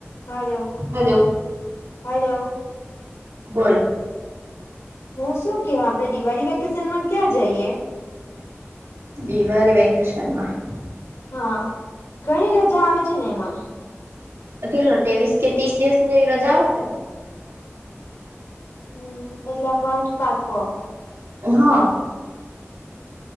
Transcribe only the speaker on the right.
હાલો.
બોલ.
દિવાળી વેકેશન માં?
અ કેટલો તેવીસ કે તીસ દિવસ ની જેવી રજા આવહે.
હા.